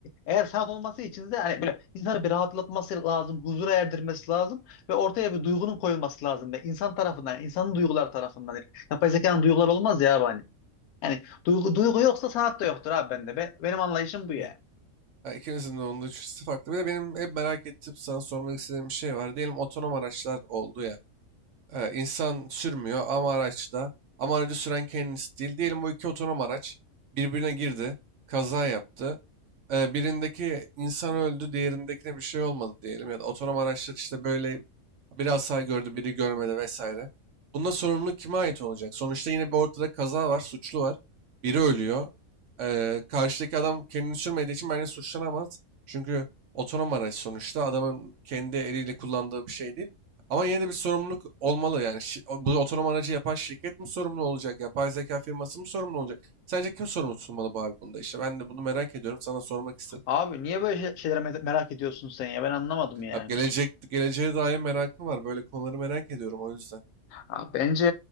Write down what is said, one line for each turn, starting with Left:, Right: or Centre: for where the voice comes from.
Left: eğer sanat olması için de hani böyle insanı bir rahatlatması lazım, huzura erdirmesi lazım ve ortaya bir duygunun koyulması lazım ve insan tarafından, insanın duyguları tarafından. Yani Yapay zekanın duyguları olmaz ya abi hani. Yani duygu duygu yoksa sanat da yoktur abi bende. Be, benim anlayışım bu yani.
Right: Evet. Ha, ikinizin de onun da üçüncüsü farklı. Bir de benim hep merak ettim sana sormak istediğim bir şey var. Diyelim otonom araçlar oldu ya. Ee, insan sürmüyor ama araçta. Ama aracı süren kendisi değil. Diyelim bu iki otonom araç birbirine girdi. Kaza yaptı. Ee, birindeki insan öldü, diğerindekine bir şey olmadı diyelim. Ya da otonom araçlar işte böyle bir hasar gördü, biri görmedi vesaire. Bunda sorumluluk kime ait olacak? Sonuçta yine bir ortada kaza var, suçlu var. Biri ölüyor. Ee, karşıdaki adam kendini sürmediği için bence suçlanamaz. Çünkü otonom araç sonuçta adamın kendi eliyle kullandığı bir şey değil. Ama yine de bir sorumluluk olmalı yani. Şi- o- Bu otonom aracı yapan şirket mi sorumlu olacak? Yapay zeka firması mı sorumlu olacak? Sence kim sorumlu tutulmalı bu abi bunda işte? Ben de bunu merak ediyorum. Sana sormak istedim.
Left: Abi niye böyle şey- şeylere me- merak ediyorsun sen ya? Ben anlamadım yani.
Right: Abi gelecek, geleceğe dair merakım var. Böyle konuları merak ediyorum o yüzden.
Left: Ha, bence